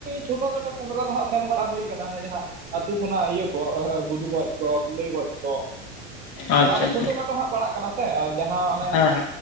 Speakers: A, on the right; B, on the left.
A: ᱪᱷᱳᱴᱳ ᱠᱷᱟᱴᱚ ᱥᱮᱸᱫᱽᱨᱟ ᱫᱚ ᱦᱟᱸᱜ ᱥᱮᱱ ᱵᱟᱲᱟ ᱦᱩᱭ ᱟᱠᱟᱱᱟ ᱚᱱᱮ ᱡᱟᱦᱟᱸ ᱟᱹᱛᱩ ᱠᱷᱚᱱᱟᱜ ᱤᱭᱟᱹ ᱠᱚ ᱟᱹ ᱜᱩᱰᱩ ᱜᱚᱡ ᱠᱚ ᱠᱩᱞᱟᱹᱭ ᱜᱚᱡ ᱠᱚ
B: ᱟᱪᱪᱷᱟ
A: ᱚᱱᱟ ᱫᱚ
B: ᱟᱪᱪᱷᱟ
A: ᱪᱷᱳᱴᱳ ᱠᱷᱟᱴᱚ ᱦᱟᱸᱜ ᱯᱟᱲᱟᱜ ᱠᱟᱱᱟ ᱥᱮ ᱡᱟᱦᱟᱸ ᱚᱱᱮ
B: ᱦᱮᱸ ᱦᱮᱸ